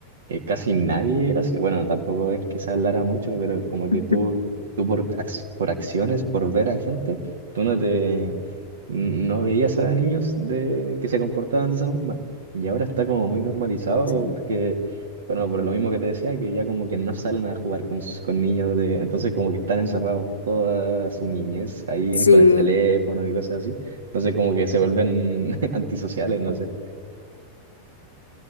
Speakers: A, on the right; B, on the left.
A: eh, casi nadie era así, bueno, tampoco es que se hablara mucho, pero como que
B: <laughs>
A: tú, tú por, ac- por acciones, por ver a gente, tú no te... No veías a niños de, que se comportaban de esa forma. Y ahora está como muy normalizado
B: Sí.
A: porque, bueno, por lo mismo que te decía, que ya como que no salen a jugar con, s- con niños de... Entonces como que están encerrados toda su niñez ahí
B: Sí.
A: en- con el teléfono y cosas así. Entonces como que se vuelven <laughs> antisociales, no sé.